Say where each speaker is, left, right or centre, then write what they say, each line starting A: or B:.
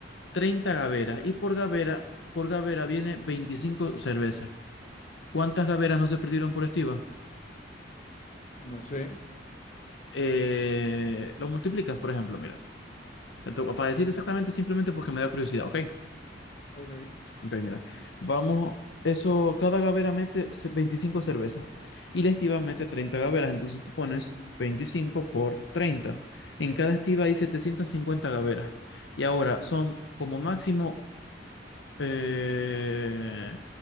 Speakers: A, on the left; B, on the left.
A: 30 gaveras y por gavera, por gavera viene 25 cervezas. ¿Cuántas gaveras no se perdieron por estiva?
B: No sé.
A: Eh, lo multiplicas, por ejemplo, mira. Esto- Para decirte exactamente, simplemente porque me da curiosidad, ¿ok?
B: Ok.
A: Ok, mira. Vamos, eso, cada gavera mete ce- 25 cervezas y la estiva mete 30 gaveras, entonces tú pones 25 por 30. En cada estiva hay 750 gaveras. Y ahora son como máximo eh,